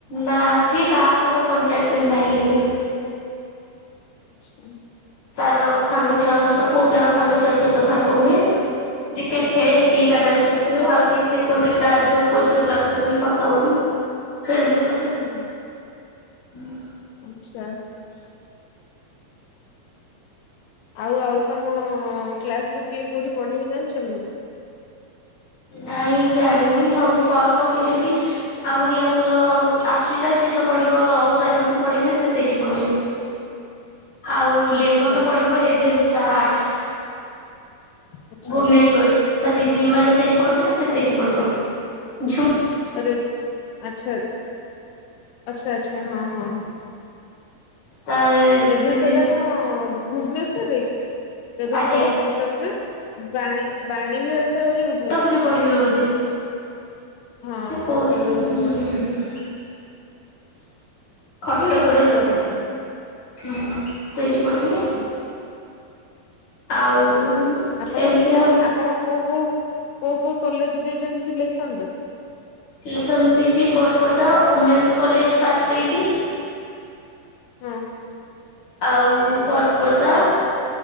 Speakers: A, on the left (about 55°); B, on the left (about 80°).
A: ନା, ସିଏ କାହା ସହିତ କଣ୍ଟାକ୍ଟରେ ନାହିଁ ଏବେ।
B: ଆଚ୍ଛା।
A: ତାର ସାଙ୍ଗ ଛୁଆଙ୍କ ସହିତ, ପୁଅ ପିଲାଙ୍କ ସାଙ୍ଗ ଛୁଆଙ୍କ ସହିତ ସାଙ୍ଗ ହୁଏ। କ୍ରିକେଟ୍ <unintelligible> ଖେଳେ ତୁ ଆଉ କି ସେ କୋଉଠି ତାଉୋଝି ପିଲା ସେଥିଁ କଥା ହଉନି <unintelligible>
B: ହୁଁ।
A: ହୁଁ।
B: ଆଚ୍ଛା। ଆଉ ଆଉ ତମ କ୍ଲାସରୁ କିଏ କୋଉଠି ପଢିବେ ଜାଣିଛନ୍ତି?
A: ନାଇଁ ଜାଣିନି, ସବୁ ଫର୍ମ ପକେଇଛନ୍ତି। ଆମ କ୍ଲାସର ଆଶ୍ଵିତା, ସିଏ ତ ପଢିବ ଅଶ୍ଵା ଯୋଉଠି ପଢିବେ ସେ ସେଇଠି ପଢିବେ। ଆଉ ଲେମନ
B: ଆଚ୍ଛା
A: ପଡିବ ରେଭେନ୍ସା ଆଟ୍ସ।
B: ଆଚ୍ଛା
A: ଭୁବନେଶ୍ଵର, ତା ଦିଦି ମାନେ ସେଇଠି ପଢୁଥିଲେ, ସେ ସେଇଠି ପଢିବ ଝ
B: ରେଭ, ଆଛା ଆଛା ଆଚ୍ଛା ହଁ ହଁ ହଁ।
A: ତା
B: ରେଭେନ୍ସା
A: ଦିଦି
B: ଟା କଁ। ଭୁବନେଶ୍ୱର ରେ ରେଭେନ୍ସା
A: ଆଜ୍ଞା
B: ବା କଟକ ରେ ବାଣୀ ବାଣୀ ବିହାର ଟା ହଉଛି ଭୁବ
A: କଟକରେ ପଢିବେ ବୋଧେ
B: ହଁ
A: ସେ କହୁଥିଲେ
B: କଟକରେ ବୋଧେ
A: ହୁଁ
B: ପଢିବେ।
A: ହୁଁ ହୁଁ। କଟକ
B: ତମେ ଯୋଉଠି
A: ର ହୁଁ
B: ପଢନ୍ତୁ
A: କହୁଚି ପଡିବ।
B: ଆଚ୍ଛା
A: ଆଉ।
B: ଆପଣ
A: ଏମିତି ଆଉ
B: ଆପଣ କୋଉ କୋଉ କୋଉ କୋଉ କଲେଜ ଦେଇଛନ୍ତି ସିଲେକ୍ସନରେ?
A: ସିଲେକ୍ସନ ଦେଇଛି ବରପଦା ଓମେନ୍ସ କଲେଜ ଫାଷ୍ଟ ଦେଇଛି।
B: ହୁଁ।
A: ଆଉ ବରପଦା